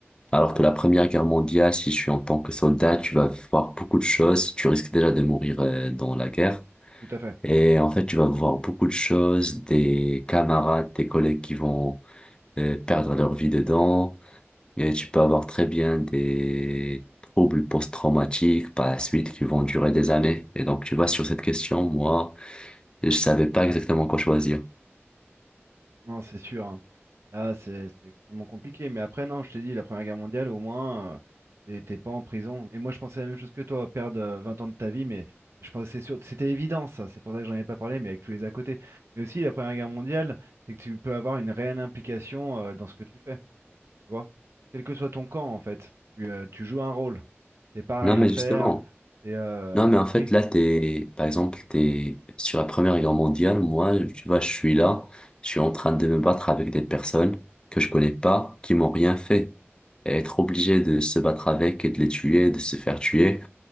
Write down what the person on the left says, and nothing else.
Alors que la Première Guerre mondiale, si tu es en tant que soldat, tu vas voir beaucoup de choses. Tu risques déjà de mourir euh, dans la guerre.
Et en fait, tu vas voir beaucoup de choses, des camarades, des collègues qui vont euh, perdre leur vie dedans. Et tu peux avoir très bien des troubles post-traumatiques par la suite qui vont durer des années. Et donc, tu vois, sur cette question, moi, je savais pas exactement quoi choisir.
Non,
mais
justement.
Non, mais en fait,
là, t'es, par exemple, t'es sur la Première Guerre mondiale. Moi, tu vois, je suis là, je suis en train de me battre avec des personnes que je connais pas, qui m'ont rien fait. Et être obligé de se battre avec et de les tuer, de se faire tuer.